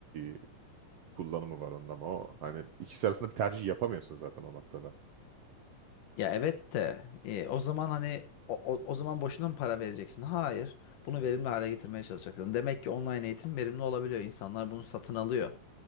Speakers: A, on the right; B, on the left.
A: e, kullanımı var onun ama o hani ikisi arasında bir tercih yapamıyorsun zaten o noktada.
B: Ya evet de e, o zaman hani o, o, o zaman boşuna mı para vereceksin? Hayır. Bunu verimli hale getirmeye çalışacaksın. Demek ki online eğitim verimli olabiliyor. İnsanlar bunu satın alıyor.